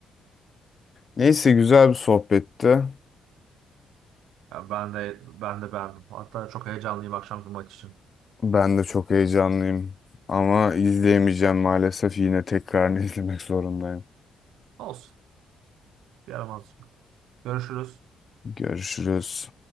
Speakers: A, on the left; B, on the right.
A: Neyse güzel bir sohbetti.
B: Ya ben de ben de beğendim. Hatta çok heyecanlıyım akşamki maç için.
A: Ben de çok heyecanlıyım. Ama izleyemeyeceğim maalesef. Yine tekrar <laughs> izlemek zorundayım.
B: Olsun. Yaramaz. Görüşürüz.
A: Görüşürüz.